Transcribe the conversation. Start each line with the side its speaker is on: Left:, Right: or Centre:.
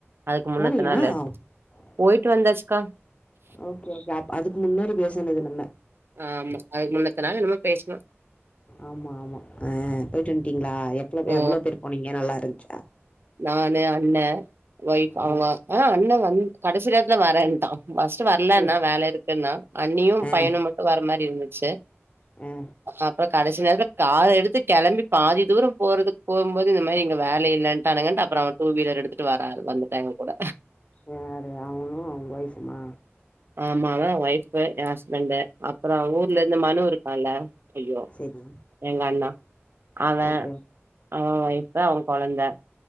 Right: அதுக்கு
Left: போனியா
Right: முன்னத்த நாளு
Left: ஓகே
Right: போயிட்டு வந்தாச்சுக்கா
Left: ஓகே அப் அதுக்கு முன்னாடி பேஸ் சுனது நம்ம
Right: ஆமா அதுக்கு முன்னத்த நாள் என்னமோ பேசுனோ
Left: ஆமா ஆமா ஆஹ் போயிட்டு வன்டிங்களா எப்ளோ
Right: ஓ
Left: எவ்வளோ பேர் போனீங்க நல்லா இரு இருஞ்சா
Right: நானு அண்ணே வைய்ப் ஆமா
Left: ஆ
Right: ஆஹ் அண்ணவார் ம் கடைசி நேத்துல வரேன்டா பஸ்ட் வரலன்னா
Left: சரி
Right: வேல இருக்குன்னா அன்னியும்
Left: ஆ
Right: பய்யனு மட்டும் வர மாரி இருந்து சே
Left: ஆ
Right: அப்புறோ கடைசி நேரத்துல கார் எடுத்து கிளம்பி பாதி தூரோ போறதுக் போகும்போது இந்த மாரி இங்க வேல இல்லன்டா ட்டானுங்க இன்ட்டு அப்றோ டூ வீலர் எடுத்துட்டு வர வந்துட்டா எங்க கூட
Left: வேற அவனு அவ வைஃப்புமா
Right: ஆமா அவே வைஃப்பு என் ஹஸ்பண்ட் அப்புறோ ஊர்ல இருந்து மனு இருக்கான்ல ஐயோ
Left: சரி
Right: எங்க அண்ணா அவே
Left: ஓகே
Right: அவே வைஃப் அவே கொழந்த